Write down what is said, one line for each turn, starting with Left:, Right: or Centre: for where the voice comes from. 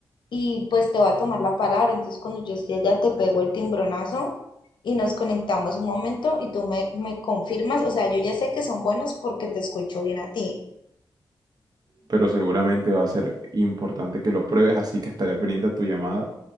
Left: y pues te voy a tomar la palabra. Entonces, cuando yo esté allá, te pego el timbronazo y nos conectamos un momento y tú me, me confirmas. O sea, yo ya sé que son buenos porque te escucho bien a ti.
Right: pero seguramente va a ser importante que lo pruebes, así que estaré pendiente a tu llamada.